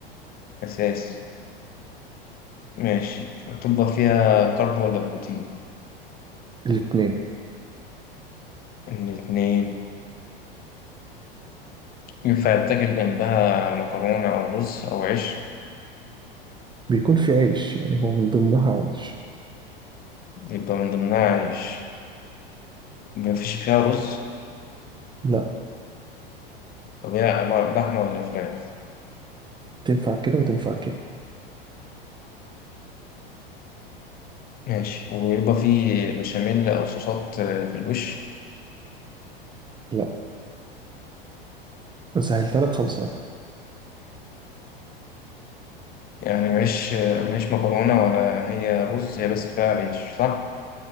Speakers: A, on the left (about 30°); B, on the right (about 15°).
A: أساسي ماشي هتبقى فيها كرب ولا بروتين
B: الاثنين
A: الاتنين ينفع يتاكل جنبها مكرونة أو رز أو عيش
B: بيكون في عيش يعني هو من ضمنها عيش
A: يبقى من ضمنها عيش مفيش فيها رز
B: لا
A: طب هي عبارة- لحمة ولا فراخ
B: تنفع كده وتنفع كده
A: ماشي ويبقى فيه بشاميل أو صوصات آه، في الوش
B: لا سهلتها لك خالص على فكرة.
A: يعني مش مش مكرونة ولا هي رز هي بس فيها عيش صح؟